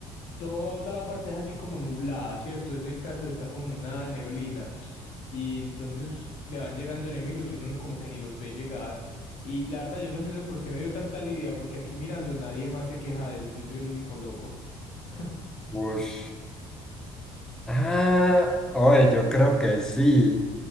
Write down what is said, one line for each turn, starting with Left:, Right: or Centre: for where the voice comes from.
Left: Todo- toda la parte es así como nublada, ¿cierto? Ese Kratos está como en una neblina. Y entonces le van llegando enemigos y uno como que ni los ve llegar. Y la verdad, yo no sé eso por qué me dio tanta lidia, porque aquí mirando nadie más se queja de eso. Yo soy el único loco. <laughs>
Centre: ush. Ah, oye, yo creo que sí,